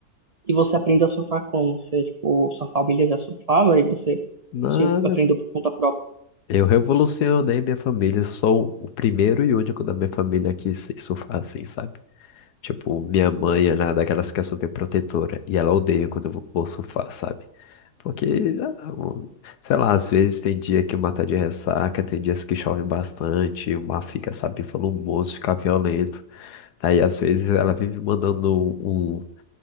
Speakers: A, on the right; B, on the left.
A: E você aprende a surfar como? Você, tipo, sua família já surfava e você,
B: Nada.
A: você aprendeu por conta própria.
B: Eu revolucionei minha família. Sou o primeiro e único da minha família que sei surfar assim, sabe? Tipo, minha mãe, ela é daquelas que é super protetora. E ela odeia quando eu vou vou surfar, sabe? Porque, ah, o- sei lá, às vezes tem dia que o mar tá de ressaca, tem dias que chove bastante, o mar fica, sabe, volumoso, fica violento. Daí, às vezes, ela vive mandando um um